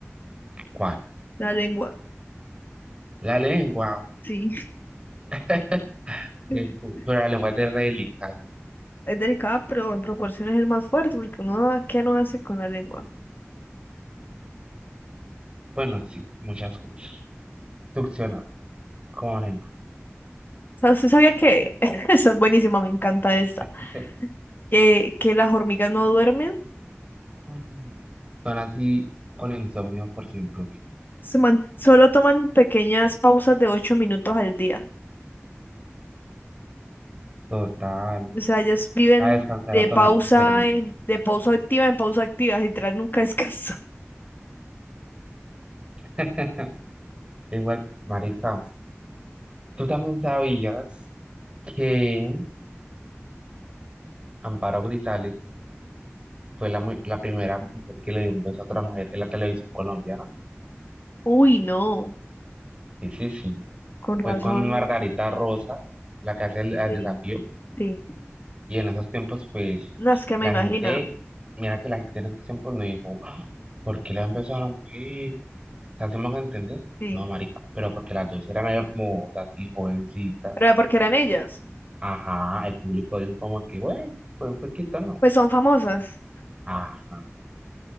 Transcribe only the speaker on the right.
¿Cuál?
La lengua.
<laughs>
que pu- Pero la lengua es de re delicadita.
Bueno, sí, muchas cosas. Succionar, como por ejemplo.
<laughs>
Mm. Son así con insomnio, por ejemplo. que-
Total.
A descansar,
a tomarse
su cervecita.
<laughs> Lengua, marica. ¿Tú también sabías que Amparo Grisales fue la, mu- la primera mujer que le dio un beso a otra mujer en la televisión colombiana?
Sí, sí, sí.
Fue
con Margarita Rosa, la que hace el, el
desafío.
Y en esos tiempos, pues,
la
gente, mira que la gente en esos tiempos no dijo, "Ah, ¿por qué le da un beso a la mujer? ¿Te hacemos entender?
No, marica, pero porque las dos eran hermosas y jovencitas.
Ajá, el público dijo como que, bueno, pues un poquito no.
Ajá.